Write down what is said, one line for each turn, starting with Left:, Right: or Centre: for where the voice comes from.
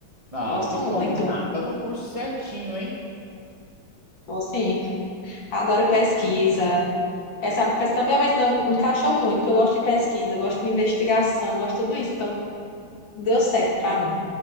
Right: Ah,
Left: Gosto
Right: que bom.
Left: muito.
Right: Tá no curso certinho, hein?
Left: Então, assim, adoro pesquisa. Essa área de pesquisa também, mas não encaixou muito, porque eu gosto de pesquisa, eu gosto de investigação, eu gosto de tudo isso. Então, deu certo pra mim,